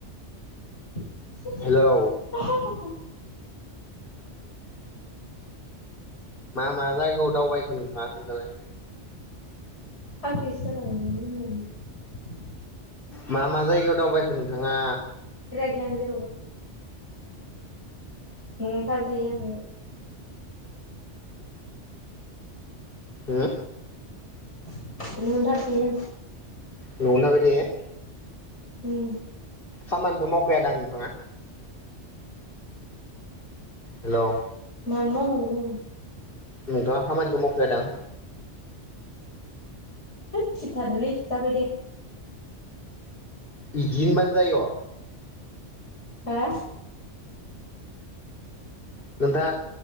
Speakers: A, on the left (about 70°); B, on the left (about 50°).
A: <unintelligible>
B: हेलौ मा मा जायगायाव दावबायखो नोंथाङा खोन्थालाय
A: फाग्लिसो जालांगोन बे मिनिनानै
B: मा मा जायगायाव दावबायखो नों ङा
A: रायाखै आं जेरावबो न'आवनो थाबाय थायो आं न'आव
B: हो
A: न'आवनो थाबाय थायो आं
B: न'आवनो थाबाय थायो।
A: उम
B: खामानिथ' मावखायादां नोंथाङा? हेलौ
A: मानो मावनांगौ नो
B: नोंथाङा खामानिथ' मावखाया दां?
A: होद स्रि थादोलै जाबाय दे।
B: बिदि होनबानो जाय'।
A: हा
B: नोंथाङा